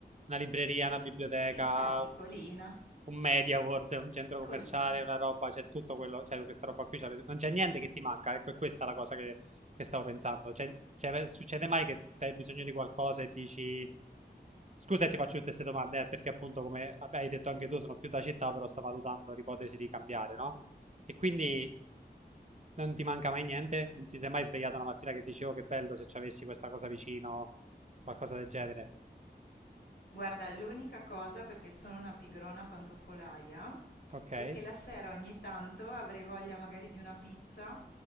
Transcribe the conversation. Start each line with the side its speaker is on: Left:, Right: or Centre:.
Right: una libreria, una biblioteca,
Left: sì, c'è piccolina,
Right: un, un Media World, un centro
Left: piccolina.
Right: commerciale, una roba, c'è tutto quello, cioè questa roba qui, c'avete- non c'è niente che ti manca, ecco, è questa la cosa che, che stavo pensando. Cioè, cioè, succede mai che te hai bisogno di qualcosa e dici, scusa e ti faccio tutte queste domande, eh, perché appunto come vabbè, hai detto anche tu, sono più da città, però sto valutando l'ipotesi di cambiare, no? E quindi non ti manca mai niente? Non ti sei mai svegliato una mattina che dicevo che bello se ci avessi questa cosa vicino, qualcosa del genere?
Left: Guarda, l'unica cosa, perché sono una pigrona pantofolaia,
Right: Ok? Eh,
Left: è che la sera ogni tanto avrei voglia magari di una pizza,